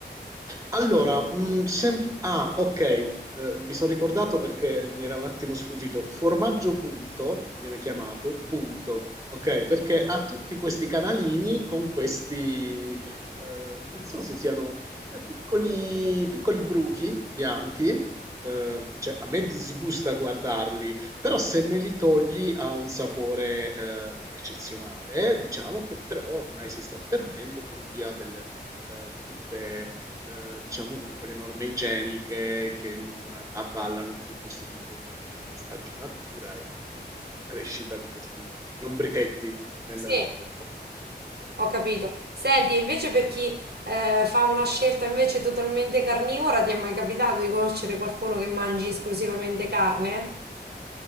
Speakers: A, on the right; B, on the right.
A: Allora, mhmm, semp ah, okay, uhm, mi son ricordato perché mi era un attimo sfuggito. Formaggio Punto viene chiamato, punto, okay, perché ha tutti questi canalini con questi, uhm, non so se siano, ehm, piccoli piccoli bruchi bianchi, uhm, cioè a me disgusta guardarli, però se me li togli ha un sapore, ehm, eccezionale, eh, diciamo, che però ormai si sta perdendo per via del ehm, di tutte ehm, diciamo comunque le norme igieniche che non avvallano più questo tipo di, ehm, stagionatura e di crescita di questi lombrichetti nel
B: Sì,
A: nel formaggio.
B: ho capito.
A: Mh-mh.
B: Senti, e invece per chi eh, fa una scelta invece totalmente carnivora, ti è mai capitato di conoscere qualcuno che mangi esclusivamente carne?